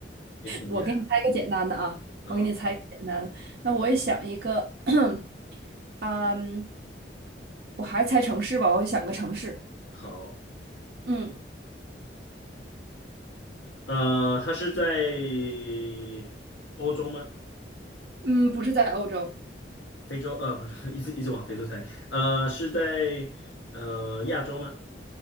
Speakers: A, on the left (about 80°); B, on the right (about 60°).
A: 也挺厉害的。
B: 我给你猜一个简单的啊，
A: 啊，
B: 我给你猜一个简单的。那我也想一个，<clears throat> 嗯，我还猜城市吧，我想个城市。
A: 好。
B: 嗯
A: 呃，它是在欧洲吗？
B: 嗯，不是在欧洲
A: 非洲？呃，不是，<laughs> 一直一直往非洲猜。呃，是在呃亚洲吗？